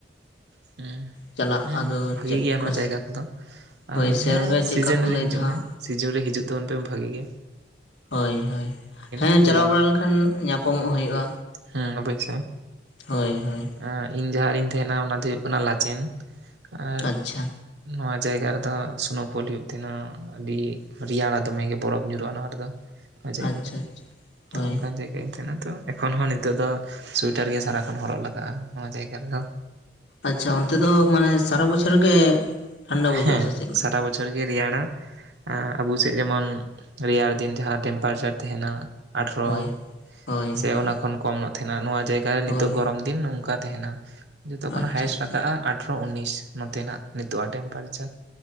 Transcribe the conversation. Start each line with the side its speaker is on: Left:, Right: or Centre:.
Right: ᱦᱩᱸ
Left: ᱪᱟᱞᱟᱜ
Right: ᱦᱩᱸ
Left: ᱟᱫᱚ
Right: ᱵᱷᱟᱜᱤ
Left: ᱪᱮᱫ
Right: ᱜᱮᱭᱟ ᱱᱚᱣᱟ
Left: ᱠᱚ
Right: ᱡᱟᱭᱜᱟ ᱠᱚᱫᱚ
Left: ᱦᱳᱭ
Right: ᱟᱨ
Left: ᱥᱮᱨ
Right: ᱦᱮᱸ
Left: ᱜᱮ ᱪᱮᱫᱠᱟ
Right: ᱥᱤᱡᱮᱱ
Left: ᱠᱚ
Right: ᱨᱮ
Left: ᱞᱟᱹᱭᱫᱟ
Right: ᱦᱤᱡᱩᱜ
Left: ᱦᱟᱸᱜ
Right: ᱢᱮ᱾ ᱥᱤᱡᱤᱱ ᱨᱮ ᱦᱤᱡᱩᱜ ᱛᱟᱵᱚᱱ ᱯᱮ ᱵᱷᱟᱹᱜᱤ ᱜᱮ᱾
Left: ᱦᱳᱭ ᱦᱳᱭ ᱦᱮᱸ
Right: ᱨᱮᱭᱟᱲ
Left: ᱪᱟᱞᱟᱣ ᱵᱟᱲᱟ ᱞᱮᱱᱠᱷᱟᱱ ᱧᱟᱯᱟᱢᱚᱜ ᱦᱩᱭᱩᱜᱼᱟ᱾
Right: ᱦᱩᱸ ᱟᱵᱚᱭᱥᱳᱭ
Left: ᱦᱳᱭ ᱦᱳᱭ
Right: ᱦᱮᱸ ᱤᱧ ᱡᱟᱦᱟᱸ ᱨᱤᱧ ᱛᱟᱦᱮᱱᱟ ᱚᱱᱟ ᱫᱚ ᱦᱩᱭᱩᱜ ᱠᱟᱱᱟ ᱞᱟᱪᱮᱱ ᱟᱨ
Left: ᱟᱪᱪᱷᱟ
Right: ᱱᱚᱣᱟ ᱡᱟᱭᱜᱟ ᱨᱮᱫᱚ ᱥᱱᱳᱯᱷᱚᱞ ᱦᱩᱭᱩᱜ ᱛᱟᱦᱮᱱᱟ ᱟᱹᱰᱤ ᱨᱮᱭᱟᱲᱟ ᱫᱚᱢᱮ ᱜᱮ ᱵᱚᱨᱚᱯᱷ ᱧᱩᱨᱩᱜᱼᱟ ᱱᱚᱣᱟ ᱨᱮᱫᱚ ᱡᱟᱭᱜᱟ
Left: ᱟᱪᱪᱷᱟ
Right: ᱫᱚ
Left: ᱟᱪᱪᱷᱟ ᱦᱳᱭ
Right: ᱛᱚ ᱚᱱᱠᱟᱱ ᱡᱟᱭᱜᱟ ᱮᱱᱛᱷᱮᱱ ᱛᱚ ᱮᱠᱷᱚᱱ ᱦᱚᱸ ᱱᱤᱛᱚᱜ ᱫᱚ ᱥᱩᱭᱮᱴᱟᱨ ᱜᱮ ᱥᱟᱨᱟ ᱠᱷᱚᱱ ᱦᱚᱨᱚᱜ ᱞᱟᱜᱟᱜᱼᱟ ᱱᱚᱣᱟ ᱡᱟᱭᱜᱟ ᱨᱮᱫᱚ᱾
Left: ᱟᱪᱪᱷᱟ ᱚᱱᱛᱮ ᱫᱚ ᱢᱟᱱᱮ ᱥᱟᱨᱟ ᱵᱚᱪᱷᱚᱨ ᱜᱮ ᱴᱷᱟᱱᱰᱟ ᱵᱩᱡᱩᱜᱼᱟ
Right: ᱦᱮᱸ
Left: ᱥᱮ ᱪᱮᱫ ᱞᱮᱠᱟ
Right: ᱥᱟᱨᱟ ᱵᱚᱪᱷᱼᱼ ᱚᱨ ᱜᱮ ᱨᱮᱭᱟᱲᱟ ᱟᱵᱚ ᱥᱮᱫ ᱡᱮᱢᱚᱱ ᱨᱮᱭᱟᱲ ᱫᱤᱱ ᱡᱟᱦᱟᱸ ᱴᱮᱢᱯᱟᱨᱮᱪᱟᱨ ᱛᱟᱦᱮᱱᱟ ᱟᱴᱷᱨᱚ
Left: ᱦᱳᱭ ᱦᱳᱭ
Right: ᱥᱮ
Left: ᱦᱳᱭ
Right: ᱚᱱᱟ ᱠᱷᱚᱱ ᱠᱚᱢ ᱧᱚᱜ ᱛᱟᱦᱮᱱᱟ ᱱᱚᱣᱟ ᱡᱟᱭᱜᱟ ᱨᱮ
Left: ᱦᱳᱭ
Right: ᱱᱤᱛᱚᱜ ᱜᱚᱨᱚᱢ ᱾ ᱫᱤᱱ ᱱᱚᱝᱠᱟ ᱛᱟᱦᱮᱱᱟ ᱡᱚᱛᱚ ᱠᱷᱚᱱ
Left: ᱟᱪᱪᱷᱟ
Right: ᱦᱟᱭᱮᱥᱴ
Left: ᱟᱪᱪᱷᱟ
Right: ᱟᱠᱟᱜᱼᱟ ᱟᱴᱷᱨᱚ ᱩᱱᱱᱤᱥ ᱱᱚᱛᱮᱱᱟᱜ ᱱᱤᱛᱚᱜ ᱴᱮᱢᱯᱟᱨᱮᱪᱟᱨ